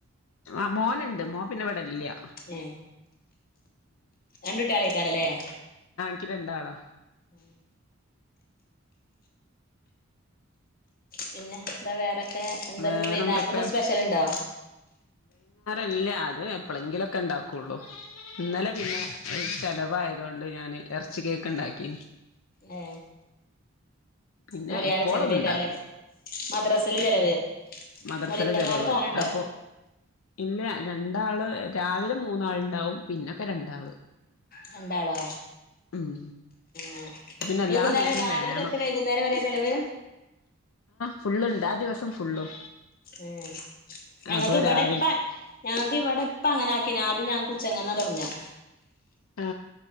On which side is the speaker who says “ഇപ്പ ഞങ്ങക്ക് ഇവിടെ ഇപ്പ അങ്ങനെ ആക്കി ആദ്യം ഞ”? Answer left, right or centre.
Left